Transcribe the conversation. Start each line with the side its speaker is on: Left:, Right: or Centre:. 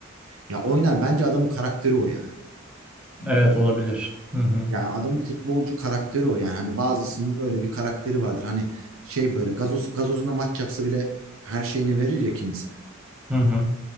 Right: Ya oynar bence adamın karakteri o yani.
Centre: Evet olabilir. Hı hı.
Right: Yani adamın futbolcu karakteri o yani. Hani bazısının öyle bir karakteri vardır. Hani şey böyle gazoz, gazozuna maç yapsa bile her şeyini verir ya kimisi.
Centre: Hı hı.